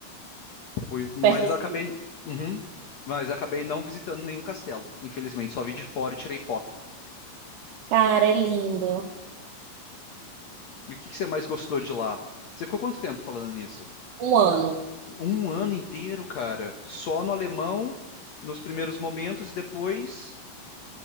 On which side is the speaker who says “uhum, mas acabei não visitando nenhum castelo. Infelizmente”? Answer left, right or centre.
Left